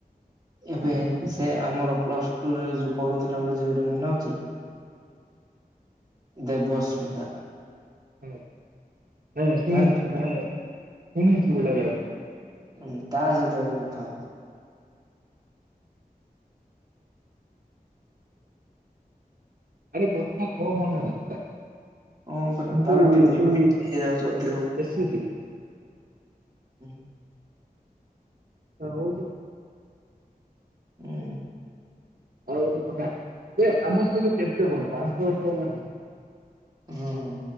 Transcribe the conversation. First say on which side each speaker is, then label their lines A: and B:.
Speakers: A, on the right; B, on the right.
A: ଏବେ ସେ ଆମର ପ୍ଲସ ଟୁରେ ଯୁକ୍ତ ପଢୁଥିଲା ବେଳେ ଝିଅଟେ ମନେ ଅଛି ଦେବସ୍ମିତା।
B: ହ ନାଇଁ ଶୁଣିଛି
A: ଜାଣିଛୁ
B: ମାନେ ଶୁଣିଛି ଓଡେଇଲା ବେଳେ।
A: ଅ ତା ସହିତ ତେ କଥା ହଉଛି।
B: ଆରେ କଥା କହ କଣ ହେଲା?
A: ହଁ ପରା
B: କିୁ
A: ତାର ଟିକେ
B: ଏ
A: ଲିମିଟ ହେଇଯାଉଛି ଅଧିକ।
B: ବେଶୀ ଦ <unintelligible>
A: ହୁ।
B: ହଉୁ ତୁ।
A: ହୁଁ
B: ଆଉ ଏ ଆମ ସହିତ କେତେ ବଦ ପାଞ୍ଚ ବର୍ଷ ହେଲା ହବା।
A: ହଁ।